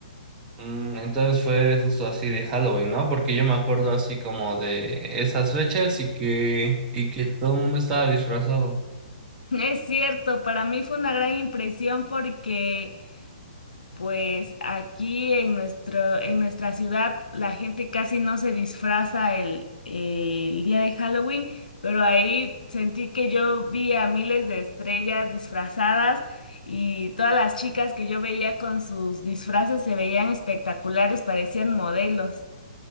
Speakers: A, on the right; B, on the left.
A: Mm, entonces fue justo así de Halloween, ¿no? Porque yo me acuerdo así como de esas fechas y que, y que todo el mundo estaba disfrazado.
B: Es cierto, para mí fue una gran impresión porque Pues aquí en nuestro, en nuestra ciudad la gente casi no se disfraza el, el día de Halloween, pero ahí sentí que yo vi a miles de estrellas disfrazadas y todas las chicas que yo veía con sus disfraces se veían espectaculares, parecían modelos.